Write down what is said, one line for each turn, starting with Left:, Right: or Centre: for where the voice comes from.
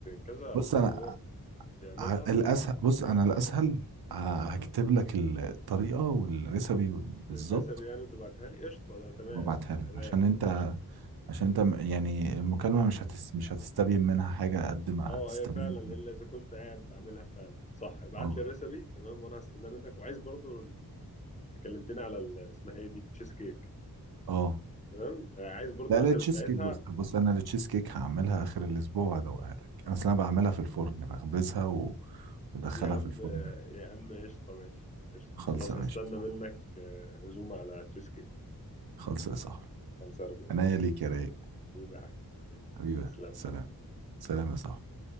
Left: كذا
Right: بص
Left: حد
Right: انا
Left: هو بيعملها
Right: ع- الاسهل بص انا الاسهل ه- هكتب لك ال- الطريقه والريسبي وال- بالظبط
Left: الريسبي يعني وتبعتها لي قشطة ده تمام
Right: وابعتها لك
Left: تمام
Right: عشان انت
Left: قشطة
Right: عشان انت م- يعني المكالمه مش هتس مش هتستبين منها حاجه قد ما
Left: اه
Right: هتستبين
Left: هي فعلا الا اذا كنت قاعد بعملها فعلا صح ابعت
Right: اه
Left: لي الريسبي تمام وانا هستناه منك وعايز برضو كلمتني على ال- اسمها ايه دي تشيز كيك
Right: اه
Left: تمام آه، عايز برضو
Right: لا
Left: الريسيبي
Right: لا تشيز
Left: بتاعتها
Right: كيك بص بص انا التشيز كيك هعملها اخر الاسبوع وهدوقها لك انا اصل انا بعملها في الفرن بخبزها و- وادخلها
Left: يا عم
Right: في الفرن
Left: آه، يا عم قشطه ماشي قشطه
Right: خالصه
Left: خلاص
Right: ماشي
Left: هستنى
Right: صح
Left: منك آه، عزومه على تشيز كيك
Right: خالصه يا صاحبي
Left: خلص ارجو
Right: عناية ليك يا رايق
Left: حبيبي يا حاج حبيبي
Right: حبيبي
Left: تسلم
Right: سلام سلام يا صاحبي